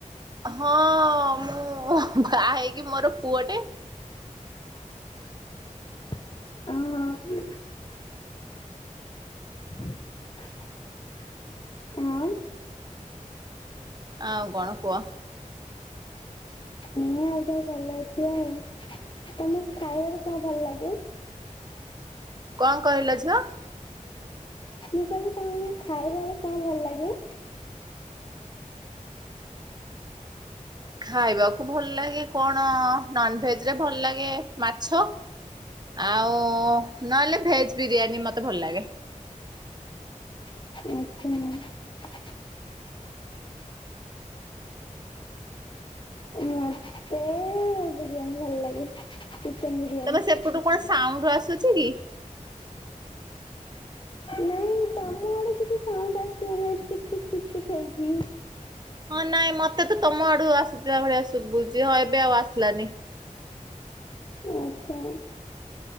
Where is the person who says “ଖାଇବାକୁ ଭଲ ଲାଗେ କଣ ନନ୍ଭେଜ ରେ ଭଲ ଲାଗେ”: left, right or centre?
Right